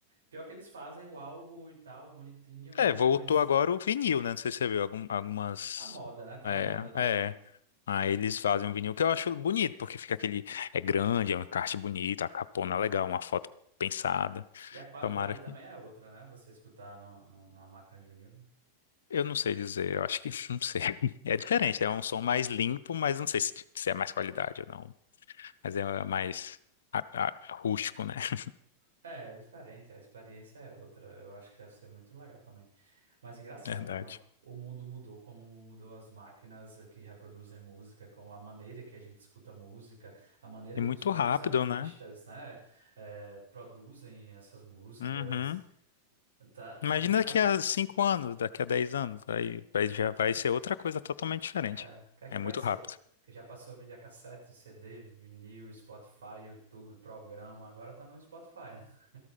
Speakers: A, on the right; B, on the left.
A: Pior que eles fazem o álbum e tal, bonitinho, né?
B: É, voltou
A: Mas
B: agora o vinil, né? Não sei se você viu algum- algumas.
A: a moda, né? Tá
B: É,
A: na moda novamente.
B: é. Aí eles fazem um vinil que eu acho bonito, porque fica aquele. É grande, é um encarte bonito, a capona é legal, uma foto pensada.
A: E a qualidade
B: Tomara.
A: também é outra, né? Você escutar no, no, numa máquina de vinil.
B: Eu não sei dizer, eu acho que <laughs> não sei. É diferente, é um som mais limpo, mas não sei se, se é mais qualidade ou não. Mas é mais a- a- rústico, né? <laughs>
A: É, é diferente, a experiência é outra. Eu acho que deve ser muito legal também. Mas engraçado
B: Verdade.
A: como a- o mundo mudou, como mudou as máquinas que reproduzem música, como a maneira que a gente escuta música, a maneira
B: E
A: que
B: muito
A: os próprios
B: rápido,
A: artistas,
B: né?
A: né, eh, produzem essas músicas,
B: Uhum.
A: tá, tá
B: Imagina
A: diferente.
B: daqui a cinco anos, daqui a dez anos, aí vai- já vai ser outra coisa totalmente diferente.
A: É, o que é que
B: É
A: vai
B: muito
A: ser?
B: rápido.
A: Porque já passou videocassete, CD, vinil, Spotify, YouTube, programa, agora tá no Spotify, né? <laughs>